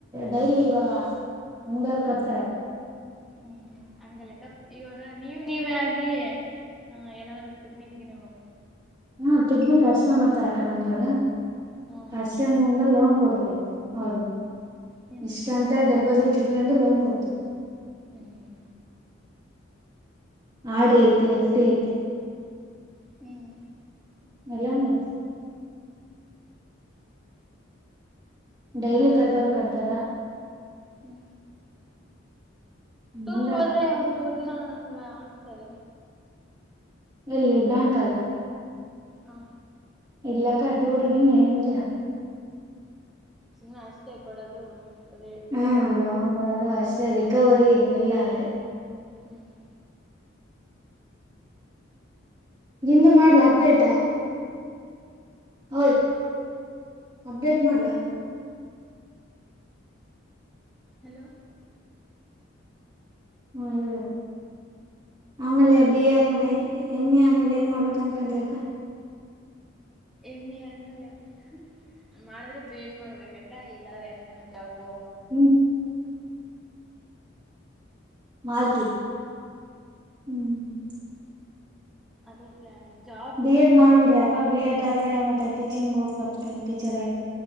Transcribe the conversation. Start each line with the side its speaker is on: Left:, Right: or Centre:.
Right: ಡೈಲಿ ಇವಾಗ ಮುಂಡೋರ್ ಕರ್ತಾರೆ.
Centre: ಹ್ಮ್ ಹಂಗಲ್ಲಕ್ಕ ಇವಾಗ ನೀವ್ ನೀವ ಆಗಿ ಹ ಏನಾದ್ರು ಪಿಕ್ನಿಕ್ ಗಿನಿ ಹೋಗ್
Right: ಹಾ ಪಿಗ್ನಿ ಕರ್ಸ್ಕೊಂಡಂಬರ್ತಾರಕ್ಕ ನಮ್ದ್ರಾಗ
Centre: ಹ್ಮ
Right: ಕರ್ಸ್ಕೊಂಡ್
Centre: ಅದ
Right: ಮುಂದ ಲೋನ್ ಕೊಡ್ತಿವಿ. ಹೌದು
Centre: ಹ್ಮ್
Right: ಇಷ್ಟ ಅಂತ ಡೆಪಾಸಿಟ್ ಇಟ್ಕೊಂಡು ಲೋನ್ ಕೊಡ್ತಿವಿ.
Centre: ಹ್ಮ್
Right: ಆರ್ಡಿ ಐತಿ ಎಫ್ಡಿ ಐತೆ.
Centre: ಹ್ಮ್
Right: ಎಲ್ಲಾನು ಐತ್ ಡೈಲಿ ಕಟ್ಟೋರು ಕಟ್ತಾರ
Centre: ಹ್ಞೂ
Right: ಹಂಗಂದ್ರ
Centre: ಟೂರ್ ಹೋದ್ರೆ ಒಂದ್ ಮೂರು ದಿನ ಹಂಗಾಗ್ತಾರೆ.
Right: ಎಲ್ಲಿ ಬ್ಯಾಂಕಲ್ಲ.
Centre: ಹಾ
Right: ಇಲ್ಲಕ್ಕಟೂರ್ಗಿನ್ ಏನಿಲ್ಲ.
Centre: ಸುಮ್ಮ ಅಷ್ಟೇ ಕೊಡೋದು. ಅದೇ
Right: ಹ್ಮ್
Centre: ರಿನ್ವಲ್
Right: ಲೋನ್ ಕೊಡದು ಅಷ್ಟೇ ರಿಕವರಿ ಎಲ್ಲ ಅದೇ
Centre: ಹ್ಮ್
Right: ನಿಮ್ದ್ ಮಾಡ್ಲ ಅಪ್ಡೇಟಾ. ಹೊಯ್ ಅಪ್ಡೇಟ್ ಮಾಡ್ಲಾ?
Centre: ಹಲೋ
Right: ಹ್ಮ ಆಮೇಲೆ
Centre: ಹೋಗ್ಬೇಕ
Right: ಡಿ ಏ <unintelligible> ಎಂ ಏ ಆದ್ಮೇಲೆ ಏನ್ ಮಾಡ್ಬೇಕ್ ಅನ್ಕೊಂಡ್ರಿ ಅಕ್ಕ.
Centre: ಎಮ್ಮಿ ಅದ್ಮ್ಯಾಲೆ ಹ್ ಹ್ ಮಾಡಿದ್ರೆ ಬಿ ಎಡ್ ಮಾಡ್ಬೇಕಕ್ಕ ಇಲ್ಲಾದ್ರ ಏನಿಲ್ಲ ಜಾಬು
Right: ಹ್ಮ್ ಮಾಲ್ತಿ ಹ್ಮ್
Centre: ಅದೇ ಪ್ಲಾನಿಂಗ್ ಜಾಬ್ಗ್
Right: ಬಿ
Centre: ಹೋಗ್ಬೇ
Right: ಎಡ್ ಮಾಡ್ಬಿಡ್ರಿ ಬಿ ಎಡ್ ಆದ್ರೆ ಮತ್ತ ಟೀಚಿಂಗ್ ಹೋಗ್ ಬರ್ತ್ ಟೀಚರ್ ಆಗ್